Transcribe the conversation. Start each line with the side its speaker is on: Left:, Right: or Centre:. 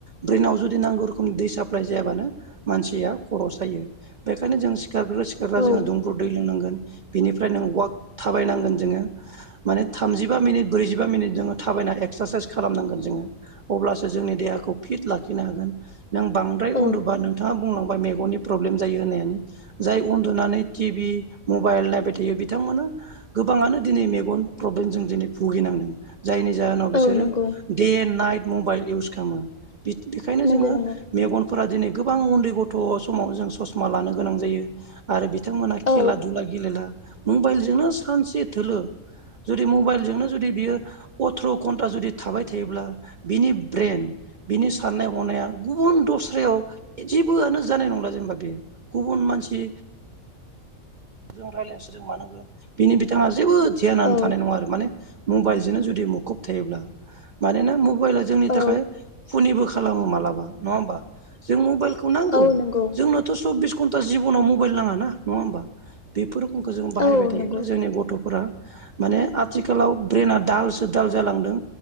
Right: ब्रेनाव जुदि नांगौ खुनुरुखुम दै साप्लाय जायाबानो मानसिया खर' सायो। बेखायनो जों सिखारग्रा सिखारग्रा
Left: औ
Right: जो दुंब्रुद दै लोंनांगो गोन बेनिफ्राय वाक थाबायनांगोन जोङो माने थामजिबा मिनिट ब्रैजिबा मिनिट जोङो थाबायना एक्सारसाइस खालामनांगोन जोङो अब्लासो जोंनि देहाखौ फिट लाखिनो हागोन । नों बांद्राय
Left: औ
Right: उन्दुबा नोंथाङा बुंलां बाय मेगननि प्रब्लेम जायो होन्नायानो। जाय उन्दुनानै टि भि मबाइल नायबाय थायो बिथांमोना गोबाङानो दिनै मेगन प्रब्लेम जों दिनै भुगिनांदों। जायनि जाहोनाव बिसोरो
Left: औ नंगौ
Right: दे नाइट मबाइल इउस खालामो। बि बेखायनो
Left: नंगौ
Right: जोङो
Left: नंगौ
Right: मेगनफोरा दिनै गोबां उन्दै गथ' समाव जों ससमा लानो गोनां जायो। आरो बि बिथांमोनहा
Left: औ
Right: खेला दुला गेलेला मबाइलजोंनो सानसे थोलो जुदि मबाइलजोंनो जुदि बियो अथ्र' घन्टा जुदि थाबाय थायोब्ला बिनि ब्रेन बिनि साननाय हनाया गुबुन दस्रायाव जेबोआनो जानाय नंला जेनेबा बेयो गुबुन मानसि जों रायलायनो सोरजों मानांगौ बिनि बिथाङा जेबो ध्यानानो
Left: औ
Right: थानाय नङा आरो माने मबाइल बिदिनो जुदि मुखुब थायोब्ला मानोना मबाइला जोंनि
Left: औ
Right: थाखाय खुनिबो खालामो मालाबा नङा होमबा? जों मबाइखौ नांगौ
Left: औ नंगौ
Right: जोंनोथ' सबिस घन्टा जिबनाव मबाइल नाङा ना, नङा होमबा? बेफोर खौ जों बाहायबाय
Left: औ
Right: थायोब्ला
Left: नंगौ
Right: जोंनि गथ'फोरा माने आथिखालाव ब्रेना दालसो दाल जालांदों